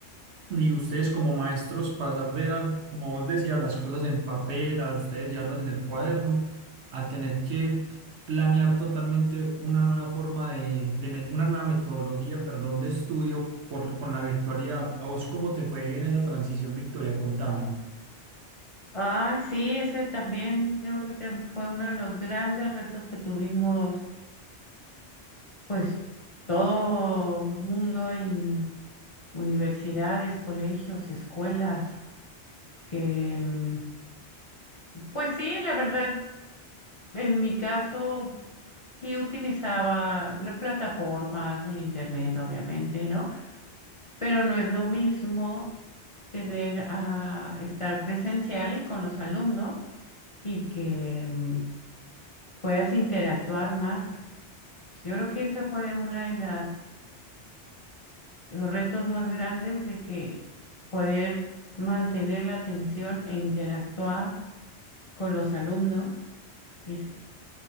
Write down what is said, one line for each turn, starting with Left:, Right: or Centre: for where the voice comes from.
Right: y ustedes como maestros, pasar de dar, como vos decías, las cosas en papel, a ustedes llevarlas en el cuaderno, a tener que planear totalmente una nueva forma de, de met- una nueva metodología, perdón, de estudio por, con la virtualidad. ¿A vos cómo te fue en esa transición, Victoria? Contame.
Left: Ay, sí, ese también yo creo que tam- fue uno de los grandes retos que tuvimos, pues todo mundo en universidades, colegios, escuelas, que mm, pues sí, la verdad, en mi caso sí utilizaba las plataformas, el internet, obviamente, ¿no? Pero no es lo mismo tener a estar presencial con los alumnos y que mm, puedas interactuar más. Yo creo que ese fue uno de las, los retos más grandes de que poder mantener la atención e interactuar con los alumnos y s-